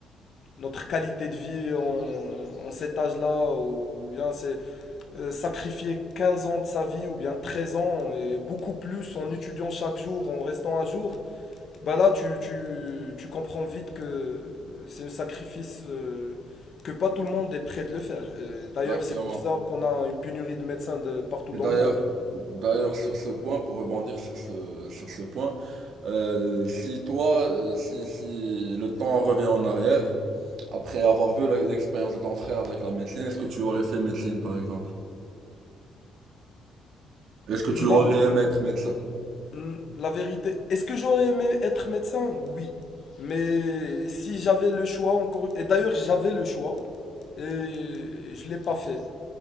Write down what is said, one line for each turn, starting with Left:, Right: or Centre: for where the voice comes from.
Left: notre qualité de vie en, en cet âge-là, ou bien c'est euh, sacrifier 15 ans de sa vie, ou bien 13 ans, et beaucoup plus en étudiant chaque jour, en restant à jour, bah là, tu, tu, tu comprends vite que c'est un sacrifice euh, que pas tout le monde est prêt de le faire. Et D'ailleurs,
Right: Exactement.
Left: c'est pour ça qu'on a une pénurie de médecins de partout
Right: Et
Left: dans
Right: d'ailleurs,
Left: le monde.
Right: d'ailleurs, sur ce point, pour rebondir sur ce, sur ce point, euh, si toi, euh, si, si le temps revient en arrière, après avoir vu le- l'expérience de ton frère avec la médecine, est-ce que tu aurais fait médecine, par exemple? Est-ce que tu aurais
Left: Non,
Right: aimé être médecin?
Left: mm, la vérité. Est-ce que j'aurais aimé être médecin? Oui. Mais si j'avais le choix encore... Et d'ailleurs, j'avais le choix et je l'ai pas fait.